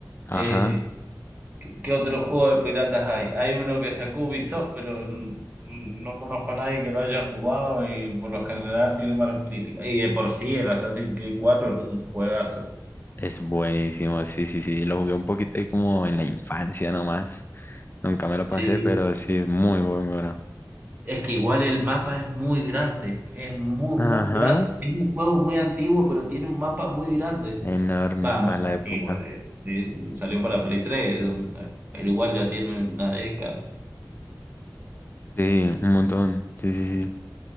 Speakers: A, on the right (about 25°); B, on the left (about 30°).
A: Eh,
B: Ajá.
A: ¿qué, qué otro juego de piratas hay? Hay uno que sacó Ubisoft, pero n- no conozco a nadie que lo haya jugado y por lo general tiene malas críticas. Y de por sí, el Assassin's Creed cuatro es un juegazo.
B: Es buenísimo, sí, sí, sí. Lo jugué un poquito ahí como en la infancia nomás. Nunca me
A: Sí,
B: lo pasé, pero sí es muy muy bueno.
A: es que igual el mapa es muy grande, es muy,
B: Ajá,
A: muy grande. Es un juego muy antiguo, pero tiene un mapa muy grande.
B: enorme
A: Va,
B: para
A: muy
B: la
A: antiguo,
B: época.
A: de- de- salió para Play 3, eh, pero igual ya tiene una década.
B: Sí, un montón. Sí, sí, sí.